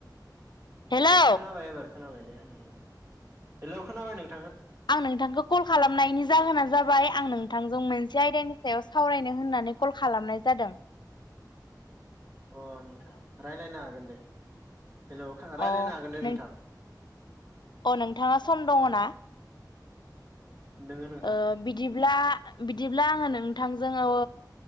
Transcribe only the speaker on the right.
अ खोनाबाय एबार खोनाबाय दे होनना नोंथां हेलौ खोनाबाय नोंथ
अ नोंथां रायलायनो हागोन दे हेलौ रायलायनो
हागोन दे
नोंथां
अ
दोङो नोंथां